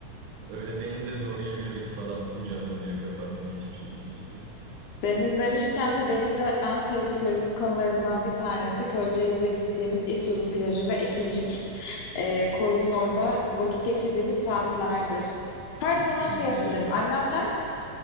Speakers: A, on the right; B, on the left.
A: Öyle denize doğru yürüyoruz falan. Bu canlanıyor kafamda geçmişe gidince biraz.
B: Deniz demişken de benim de en sevdiğim çocukluk anılarımdan bir tanesi Köyceğiz'de gittiğimiz İsuzu plajı ve Ekincik e, koyunun orada vakit geçirdiğimiz saatlerdir. Her
A: İztuzu
B: zaman şey
A: plajı
B: hatırlarım.
A: mı?
B: Annemler